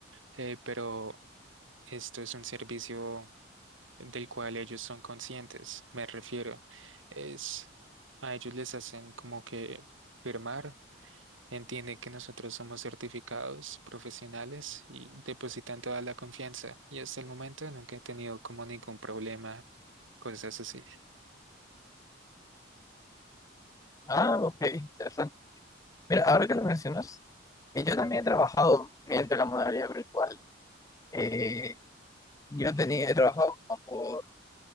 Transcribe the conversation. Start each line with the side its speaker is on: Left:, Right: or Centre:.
Right: eh, pero esto es un servicio del cual ellos son conscientes, me refiero. Es a ellos les hacen como que firmar, entienden que nosotros somos certificados profesionales y depositan toda la confianza. Y hasta el momento nunca he tenido como ningún problema, cosas así.
Left: Ah, ok, interesante. Mira, ahora que lo mencionas, eh, yo también he trabajado mediante la modalidad virtual. Eh, yo tenía, he trabajado como por